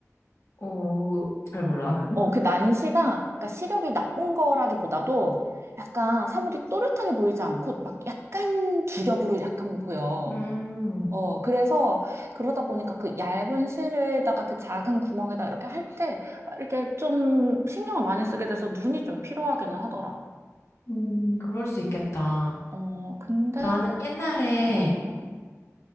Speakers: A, on the left; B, on the right.
A: 오 잘 몰라.
B: 어, 그 난시가, 그러니까 시력이 나쁜 거라기보다도 약간 사물이 또렷하게 보이지 않고 막 약간 두 겹으로 약간 보여.
A: 음.
B: 어, 그래서 그러다 보니까 그 얇은 실에다가 그 작은 구멍에다 이렇게 할 때 이렇게 좀 신경을 많이 쓰게 돼서 눈이 좀 필요하기는 하더라.
A: 음, 그럴 수 있겠다.
B: 어, 근데,
A: 나는 옛날에
B: 어, 어,